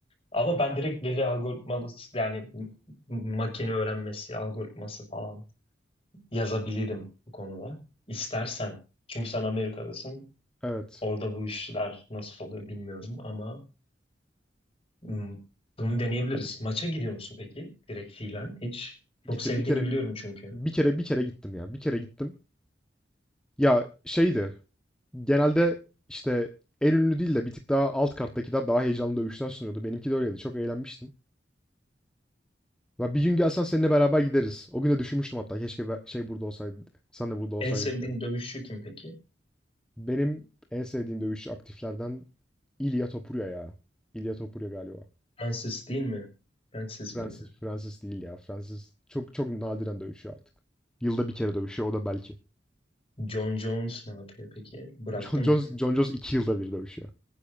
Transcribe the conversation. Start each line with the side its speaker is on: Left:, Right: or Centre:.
Left: Ama ben direkt veri algoritması yani m- makine öğrenmesi algoritması falan yazabilirim bu konuda. İstersen. Çünkü sen Amerika'dasın.
Centre: Evet.
Left: Orada bu işler nasıl oluyor bilmiyorum ama hmm, bunu deneyebiliriz. Maça gidiyor musun peki? Direkt fiilen hiç. Çok
Centre: Gittim
Left: sevdiğini
Centre: bir kere
Left: biliyorum çünkü.
Centre: bir kere bir kere gittim ya. Bir kere gittim. Ya şeydi. Genelde, işte, en ünlü değil de bir tık daha alt karttakiler daha heyecanlı dövüşler sunuyordu. Benimki de öyleydi. Çok eğlenmiştim. Ya, bir gün gelsen seninle beraber gideriz. O gün de düşünmüştüm hatta keşke be şey burada olsaydı diye, sen de burada olsaydın
Left: En sevdiğin
Centre: diye.
Left: dövüşçü kim peki?
Centre: Benim en sevdiğim dövüşçü aktiflerden İlya Topuria ya. İlya Topuria galiba.
Left: Francis değil mi? Francis
Centre: Francis
Left: miydi?
Centre: Francis değil ya. Francis çok çok nadiren dövüşüyor artık. Yılda bir kere dövüşüyor o da belki.
Left: John Jones ne yapıyor peki? Bıraktı
Centre: John
Left: mı?
Centre: Jones Jon Jones 2 yılda bir dövüşüyor.